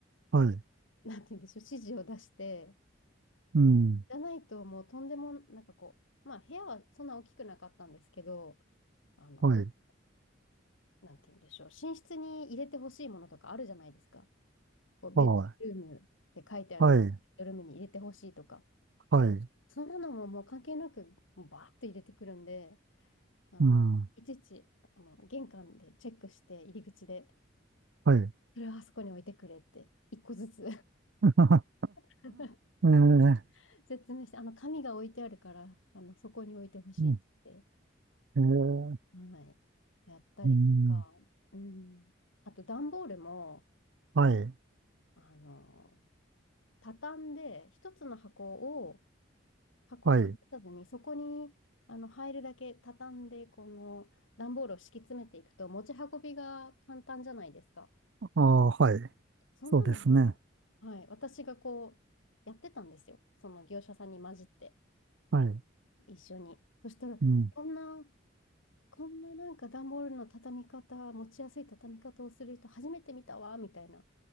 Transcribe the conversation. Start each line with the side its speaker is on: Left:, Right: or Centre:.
Right: はい、
Left: なんて言うんでしょう、指示を出して、
Right: うん、
Left: じゃないともうとんでも、なんかこう、まあ部屋はそんな大きくなかったんですけど、あの、
Right: はい、
Left: なんて言うんでしょう、寝室に入れてほしいものとかあるじゃないですか。こう、ベッドルームって書いてあるもの、
Right: はい、はい、
Left: ベッドルームに入れてほしいとか。
Right: はい、
Left: そんなのももう関係なく、もうバーッと入れてくるんで、あの、
Right: うん、
Left: いちいち、あの、玄関でチェックして、入り口で、
Right: はい。
Left: これはあそこに置いてくれって、一個ずつ
Right: <laughs>
Left: <laughs>
Right: ええ、
Left: 説明して、あの、紙が置いてあるから、あの、そこに置いてほしいって言っ
Right: うん、ええ
Left: て、はい、やったりとか、
Right: うん、
Left: うん。あと、段ボールも、
Right: はい、
Left: あの、畳んで、一つの箱を、箱は崩さずに、
Right: はい、
Left: そこにあの入るだけ畳んで、この段ボールを敷き詰めていくと、持ち運びが簡単じゃないですか。
Right: ああ、はい、
Left: そんなのも、
Right: そうですね。
Left: はい、私がこう、やってたんですよ。その業者さんに混じって、
Right: はい、
Left: 一緒に。そしたら、
Right: うん。
Left: こんな、こんななんか段ボールの畳み方、持ちやすい畳み方をする人初めて見たわ、みたいな。